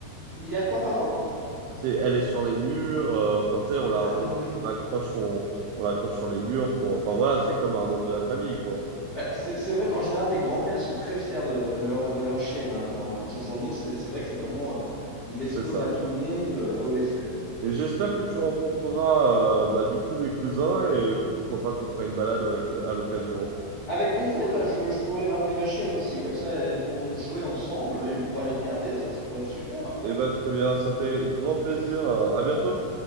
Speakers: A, on the left (about 75°); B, on the right (about 85°).
A: Il y a quoi, pardon?
B: C'est, elle est sur les murs. euh, Enfin, tu sais, on la,
A: Ah
B: on,
A: oui, oui.
B: on accroche son, on l'accroche sur les murs pour. Enfin voilà, c'est comme un membre de la famille, quoi.
A: Bah, c'est c'est vrai qu'en général, les grands-pères sont très fiers de, de leur, de leur chienne. hein, quand, quand ils en ont, c'est c'est vrai que c'est vraiment... euh, ils l'exposent
B: C'est ça.
A: à tout le monde. euh, oui, oui, c'est...
B: Et j'espère que tu rencontreras euh, bah, du coup mes cousins et pourquoi pas qu'on fera une balade au lac- à l'occasion.
A: Avec plaisir, bah, je, je pourrais ramener ma chienne aussi, comme ça, elles pourront jouer ensemble et on pourra les regarder, ça, ça pourrait être super.
B: Eh ben très bien, ça me fait grand plaisir. À bientôt.